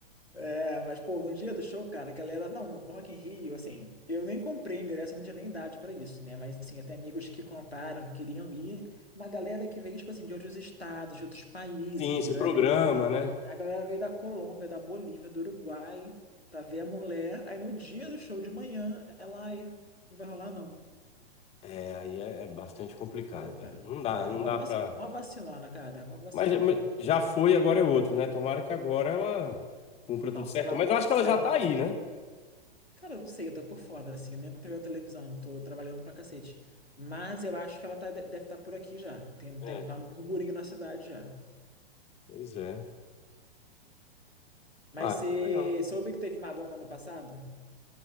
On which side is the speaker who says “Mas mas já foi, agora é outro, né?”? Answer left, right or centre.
Left